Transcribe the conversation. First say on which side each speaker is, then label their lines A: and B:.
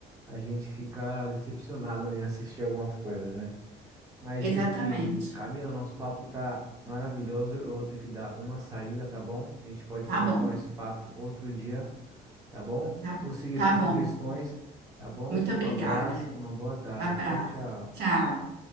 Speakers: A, on the right; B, on the right.
A: a gente fica decepcionado, né? em Assistir algumas coisas, né? Mas enfim,
B: Exatamente.
A: Camila, nosso papo tá maravilhoso. Eu vou ter que dar uma saída, tá bom? A gente pode
B: Tá
A: continuar
B: bom.
A: esse papo outro dia tá bom?
B: Tá,
A: Vou seguir
B: tá
A: suas
B: bom.
A: sugestões, tá bom?
B: Muito
A: Um
B: obrigada.
A: abraço, uma boa tarde.
B: Abraço.
A: Tchau, tchau.
B: Tchau.